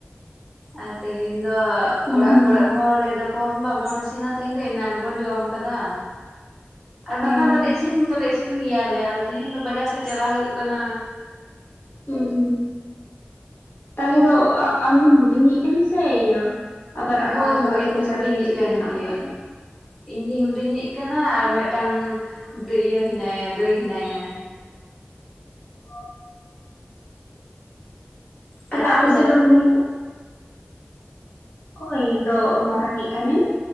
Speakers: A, in the centre; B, on the left.
A: ᱟᱨ ᱛᱮᱦᱮᱧ ᱫᱚ
B: ᱦᱩᱸ
A: ᱚᱲᱟᱜ
B: ᱦᱩᱸ
A: ᱠᱚᱨᱮ ᱦᱚ ᱞᱟᱹᱭ ᱫᱟᱠᱚ ᱵᱟᱵᱚᱱ ᱤᱥᱤᱱᱟ ᱛᱮᱦᱮᱧ ᱫᱚ ᱮᱱᱟᱱ ᱵᱚᱱ ᱡᱚᱢ ᱟᱠᱟᱫᱟ ᱟᱨ
B: ᱦᱮᱸ
A: ᱵᱟᱠᱷᱟᱱ
B: ᱦᱮᱸ
A: ᱫᱚᱮ ᱤᱥᱤᱱ ᱫᱚᱞᱮ ᱤᱥᱤᱱ ᱜᱮᱭᱟᱞᱮ ᱟᱫᱚ ᱛᱮᱦᱮᱧ ᱫᱚ ᱵᱟᱡᱟᱨ ᱥᱮᱫ ᱪᱟᱞᱟᱜ ᱦᱩᱭᱩᱜ ᱠᱟᱱᱟ
B: ᱦᱩᱸ ᱦᱩᱸ ᱛᱟᱦᱚᱞᱮ ᱫᱚ ᱟᱢᱜᱮᱢ ᱦᱩᱰᱤᱧᱤᱡ ᱠᱟᱱᱟ ᱥᱮ ᱤᱭᱟᱹ ᱟᱵᱟᱨ
A: ᱦᱳᱭ
B: ᱟᱢ ᱫᱟᱫᱟ
A: ᱦᱳᱭ
B: ᱛᱟᱠᱚ
A: ᱤᱧ ᱫᱚ
B: ᱥᱮ
A: ᱦᱩᱰᱤᱧᱤᱡ
B: ᱫᱤᱫᱤ ᱛᱟᱠᱚ
A: ᱠᱟᱱ
B: ᱢᱮᱱᱟᱜ
A: ᱜᱤᱭᱟᱹᱧ᱾
B: ᱠᱚᱛᱟ ᱯᱮ
A: ᱤᱧ ᱜᱤᱧ ᱦᱩᱰᱤᱧᱤᱡ ᱠᱟᱱᱟ ᱟᱨ ᱢᱤᱫᱴᱟᱝ ᱤᱭᱟᱹ ᱦᱮᱱᱟᱭᱟ ᱫᱟᱹᱭ ᱦᱮᱱᱟᱭᱟ
B: <unintelligible> ᱛᱟᱞᱮ
A: ᱟᱨ
B: ᱟᱯᱮᱥᱮ
A: ᱟᱢ
B: ᱫᱚ ᱦᱚᱱ ᱦᱳᱭ ᱤᱧ ᱫᱚ ᱢᱟᱨᱟᱝᱤᱡ ᱠᱟᱹᱱᱟᱹᱧ